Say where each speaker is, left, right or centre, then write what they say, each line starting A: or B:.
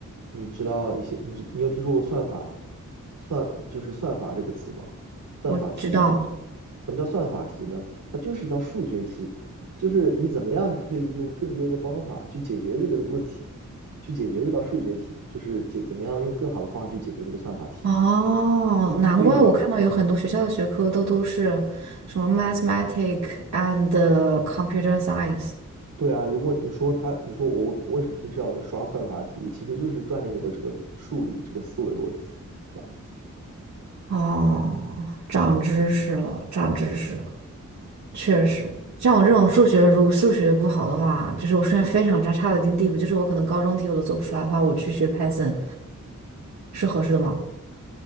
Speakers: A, on the right; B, on the right.
A: 你知道一些，你知你有听说过算法，算就是算法这个词吗？算法题，
B: 我知道。
A: 什么叫算法题呢？它就是一道数学题，就是你怎么样可以用更优的方法去解决这个问题，去解决这道数学题，就是解怎么样用更好的方法去解决这个算法题。
B: 哦，难怪我看到有很多学校的学科都都是什么
A: 所以你，
B: mathematics and computer science。
A: 对啊，如果你说他，你说我为什么平时要刷算法题，其实就是锻炼你的这个数理这个思维逻辑，这样子，
B: 哦，长知识了，长知识了，确实。像我这种数学，
A: 嗯。
B: 如果数学不好的话，就是我数学非常差，差到一定地步，就是我可能高中题我都做不出来的话，我去学 Python 是合适的吗？